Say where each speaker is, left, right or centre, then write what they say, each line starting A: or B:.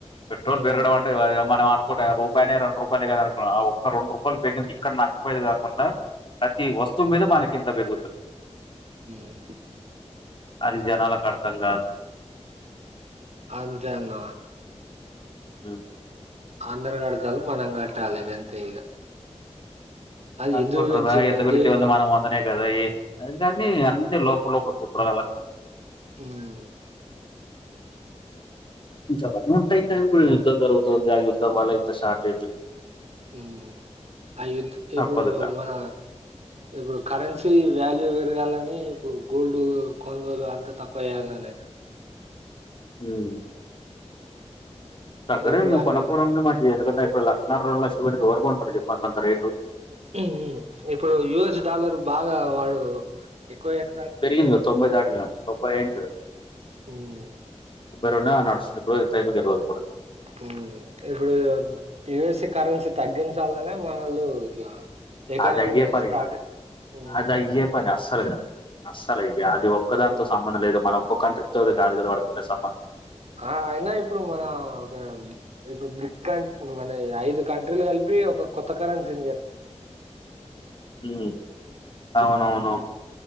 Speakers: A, on the left; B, on the right.
A: పెట్రోల్
B: మ్
A: పెరుగడం అంటే మనం ఒకటి రూపాయనే రెండు రూపాయలే కద అనుకూన్న ఆ ఒక్క రెండు రూపాయలు పెట్టింది ఇక్కడ నష్టపోయేది కాకుండా ప్రతి వస్తువు మీద మనకింత పేరుగుతది
B: మ్
A: అది జనాలకర్థం కాదు
B: అంతే అన్న
A: మ్
B: అందరు కడుతాళ్ళు మనం కట్టాలే గంతే ఇగ అది
A: అకుంట్రూ
B: ఎందుకు పెంచిండు
A: ఎంత పెరిగితే
B: దేనికి
A: ఏముంది మనం వందనే కదా కాని అన్ని అన్ని లోపలపల కుట్రాలవన్నీ
B: మ్
A: ఇంకా అవన్నీ ఉంటయి యుద్ధం జరుగుతుంది ఆ యుద్ధం వాళ్ళ ఇంత శార్టేజ్
B: మ్ యుద్ ఆ యుద్ధ ఇప్పుడు
A: తప్పదు ఇంకా
B: మన ఇప్పుడు కరెన్సీ వాల్యూ పెరగాలని ఇప్పుడు గోల్డ్ కొనుగోలు అంతా తక్కువ చేయాలనే
A: మ్ తగ్గడం
B: ఇప్పుడు
A: ఎం లే
B: అది
A: కొనకపోవడామే మంచిది ఎందుకంటే ఇప్పుడు లక్షన్నర రెండు లక్షలు పెట్టి ఎవరు కొంటారు చెప్పు అంతంత రేటు
B: మ్ మ్ఇప్పుడు యయుఎస్ డాలర్ బాగా వాడు ఎక్కువ చెప్
A: పెరిగిందిగ తొంభై తాటింగ తొబ్భై ఐద్
B: మ్మ్
A: ఉబేరున్నా నడుస్తుంది <unintelligible> కూడా
B: ఉం ఇప్పుడు యుఎస్సి కరెన్సీ తగ్గించాలనే మనోళ్ళు ఇట్లా ఎకానమీ
A: అదయ్యే పనిగాద్
B: స్టార్ట్ మ్మ్
A: అదయ్యే పని అస్సల్ గాద్ అస్సలు ఇగ అది ఒక్కదానితో సంబంధం లేదు మన ఒక్క కంట్రీ తో అదికాదు కదా వర్కక సంబ
B: ఆ అయినా ఇప్పుడు మన ఒక ఇప్పుడు మిల్క్ క మన ఐదు కంట్రీలు కలిపి ఒక కొత్త కరెన్సీన్ జెప్
A: <inaudible> ఉం అవునవును